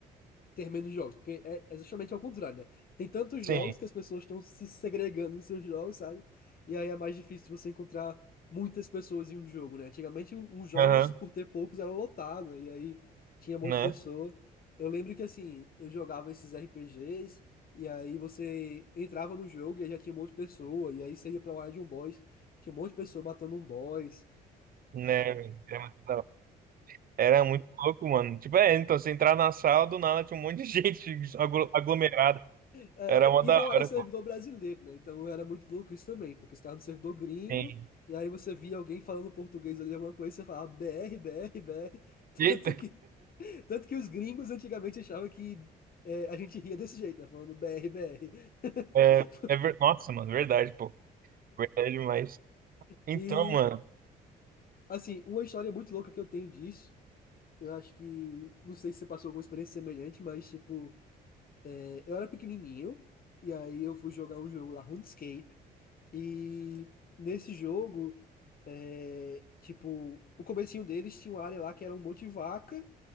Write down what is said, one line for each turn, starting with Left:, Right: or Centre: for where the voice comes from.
Left: ter menos jogos, porque é, é justamente ao contrário, né? Tem tantos
Right: Sim.
Left: jogos que as pessoas estão se segregando nos seus jogos, sabe? E aí é mais difícil você encontrar muitas pessoas em um jogo, né? Antigamente, os jogos,
Right: Aham,
Left: por ter poucos, era lotado, né? E aí tinha um monte
Right: né?
Left: de pessoa. Eu lembro que, assim, eu jogava esses RPGs, e aí você entrava no jogo e aí já tinha um monte de pessoa, e aí você ia pra uma área de um boss, tinha um monte de pessoa matando um boss.
Right: Né? Era muito da hora. Era muito louco, mano. Tipo, é, então, você entrar na sala, do nada tinha um monte de <laughs> gente aglo- aglomerada.
Left: É,
Right: Era uma
Left: e
Right: da
Left: não era
Right: hora,
Left: servidor
Right: pô.
Left: brasileiro, né? Então era muito louco isso também, porque você estava no servidor gringo,
Right: Sim.
Left: e aí você via alguém falando português ali, alguma coisa, e você falava BR, BR, BR. <laughs>
Right: E
Left: Tanto que, tanto que os gringos antigamente achavam que é, a gente ria desse jeito, né? Falando BR, BR. <laughs>
Right: É, é ver- Nossa, mano, verdade, pô. Verdade demais. Então,
Left: E,
Right: mano.
Left: assim, uma história muito louca que eu tenho disso. Eu acho que, não sei se você passou alguma experiência semelhante, mas, tipo, é, eu era pequenininho, e aí eu fui jogar um jogo lá, RuneScape, e nesse jogo. É, tipo, o comecinho deles tinha uma área lá que era um monte de vaca,